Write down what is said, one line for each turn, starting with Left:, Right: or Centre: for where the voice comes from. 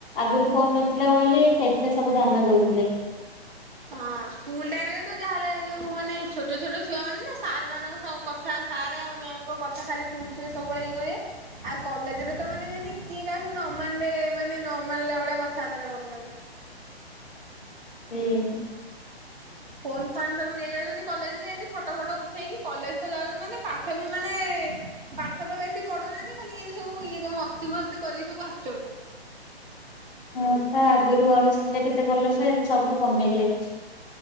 Left: ଆଗରୁ ଫୋନ୍ ନ ଥିଲା ବୋଲି ସେଥିରେ ସବୁ ଧାନ ଦଉଥିଲେ।
Right: ହଁ ସ୍କୁଲ ଟାଇମ୍ ରେ ତ ଯାହାଲେ ଯୋଉ ମାନେ ଛୋଟ ଛୋଟ ଛୁଆ ମାନେ ନା ସାର୍ ମାନଙ୍କ ସହଁ କ କଥା ସାର୍ ଆଉ ମ୍ୟାାମ୍ ଙ୍କ କଥା ଖାଲି ଶୁଣୁଥିବେ ସବୁବେଳେ ଇଏ କରିବେ ଆଉ କଲେଜରେ ତ ମାନେ ଯେମିତି କିଏ କାହାକୁ ନ ମାନିଲେ ମାନେ ନ ମାନିଲା ଭଳିଆ କଥାବାର୍ତ୍ତା ରା କରୁଛନ୍ତି।
Left: <unintelligible>
Right: ଫୋନ ଫାନ୍ ସବୁ ନେଇଯାଉଛନ୍ତି କଲେଜରେ ଏମତି ଫଟ ଫଟ ଉଠେଇକି କଲେଜ ତ ଯାଉଛନ୍ତି ମାନେ ପାଠ ବି ମାନେ ପାଠ ତ ବେଶୀ ପାଢ଼ୁ ନାହାନ୍ତି ଖାଲି ଏନ୍ତୀ ସବୁ ଇଏ ମସ୍ତି ଫସ୍ତି କରିକି ସବୁ ଆସୁଛନ୍ତି।
Left: ହଁ ତ ଆଗୁରୁ ଗଣେଶ ପୂଜା କେତେ ଭଲସେ ହୁଏ ଏବେ ସବୁ କମି ଯାଇଛି।